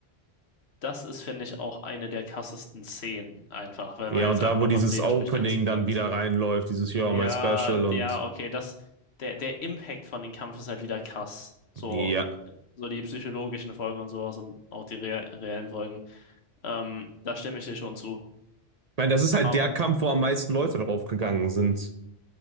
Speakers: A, on the left; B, on the right.
A: das ist, finde ich, auch eine der krassesten Szenen einfach, wenn
B: ja,
A: man jetzt
B: und
A: einfach
B: da, wo
A: nur
B: dieses
A: von Szenen
B: Opening
A: spricht insgesamt.
B: dann wieder reinläuft, dieses You're
A: Ja,
B: my special und
A: ja, okay, das, der, der Impact von dem Kampf ist halt wieder krass. So,
B: ja. Ich
A: so die psychologischen Folgen und sowas und auch die rea- reellen Folgen. Ähm, da stimme ich dir schon zu.
B: meine, das ist
A: Aber,
B: halt der Kampf, wo am meisten Leute drauf gegangen sind.